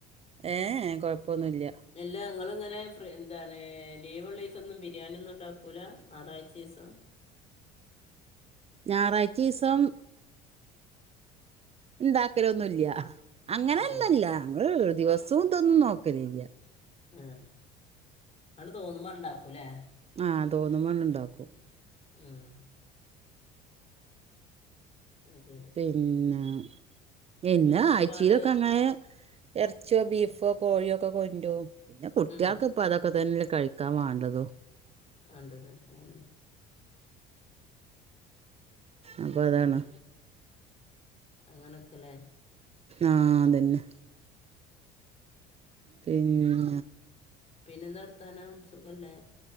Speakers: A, on the right (about 30°); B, on the left (about 30°).
A: ഏഹ് എ കൊഴപ്പൊന്നൂല്യ.
B: എല്ല നിങ്ങളിങ്ങനെ എന്താണ് ലീവുള്ള ദിവസം ഒന്നും. ബിരിയാണി ഒന്നും ഉണ്ടാക്കൂല്ല ഞറാഴ്ച ദിവസം.
A: ഞാറായ്ച്ചീസം. ഉണ്ടാക്കലൊന്നൂല്യ അങ്ങനൊന്നില്ല
B: ഏ
A: ഞങ്ങൾ ദിവസവും ഇതൊന്നും നോക്കല്ലില.
B: ആഹ് അണ്ട് തോന്നുമ്പ അണ്ടാക്കു ല്ലേ?
A: ആഹ് തോന്നുമ്പണ്ട് ണ്ടാക്കും.
B: ആഹ് അതു ശരി.
A: പിന്നെ എന്നാ
B: പിന്നെന്താ
A: ആഴ്ച്ചിയിലൊക്കെ
B: പാട്
A: അങ്ങനെ. എർച്ചിയോ ബീഫോ കോഴിയോ ഒക്കെ കൊന്റോം പിന്നെ കുട്ട്യാക്ക്.
B: ഉം
A: പ്പതൊക്കെ തന്നെല്ലേ കഴിക്കാ വേണ്ടതു.
B: ആണ്ടത് ആഹ്
A: അപ്പ അതാണൊ.
B: അങ്ങനൊക്കല്ലേ?
A: ആഹ് അതന്നെ. പിന്നെ
B: പിന്നെന്താ വർത്താനം സുഖല്ലേ